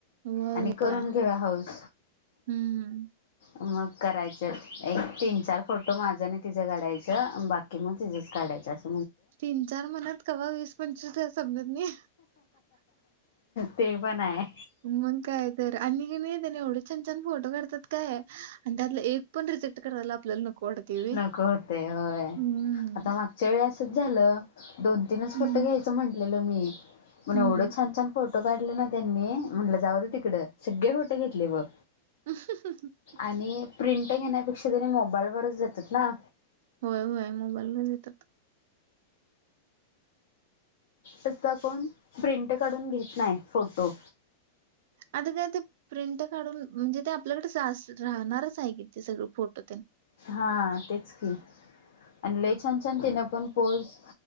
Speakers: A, on the right; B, on the left.
A: होय
B: आणि करून
A: होय.
B: घेऊया हाऊस.
A: हम्म
B: मग करायचं एक तीन चार फोटो माझं आणि तिझं काढायचं बाकी मग तिझंच काढायचं असतं.
A: तीन चार मनात क वीस पंचवीस समजत नाही.
B: ते पण आहे.
A: मग काय तर आणि की नाही येत ना एवढं छान छान फोटो काढतात काय आणि त्यातलं एक पण रिजेक्ट कराला आपल्याला नको वाटते व्हय.
B: नको होते होय
A: हम्म.
B: आता मग वेळ असच झालं दोन तीनच
A: हं,
B: फोटो घ्यायचं म्हंटलेलं मी म्हण
A: हं,
B: एवढं छान छान फोट फोटो काढले ना त्यांनी म्हंटलं जाऊत तिकडं सगळे फोटो घेतले ब.
A: अ <unintelligible>
B: आणि प्रिंटंग येण्यापेक्षा त्यांनी मोबाईलवरच जातात ना.
A: होय होय मोबाईलला येतात.
B: तचा कोण प्रिंट काढून घेत नाही फोटो.
A: अ का ते प्रिंट काढून म्हणजे ते आपल्याकडे राहणारच आहे की ते सगळ फोटो
B: हा तेच की आणि लई छान छान तिनं पण पोच